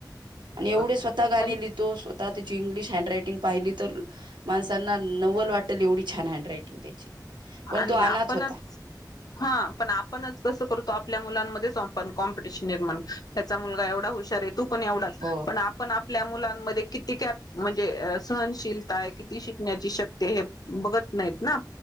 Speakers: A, on the right (about 85°); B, on the left (about 60°).
A: आणि एवढे
B: बर
A: स्वतः गाणे लिहितो स्व आता त्याची इंग्लिश हँड रायटिंग पाहिली तर, माणसांना नवल वाटेल एवढी छान हँड रायटिंग त्याची. पण
B: आणि
A: तो अनाथ
B: आपणच
A: होता
B: हा पण आपणच कसं करतो आपल्या मुलांमध्ये ह पण कॉम्पिटिशन <inaudible> त्याचा मुलगा एवढा हुशार आहे तू पण एवढाच
A: हो
B: पण आपण आपल्या मुलांमध्ये किती कॅप म्हणजे सहनशीलता आहे किती शिकण्याची शक्ती हे बघत नाहीत ना.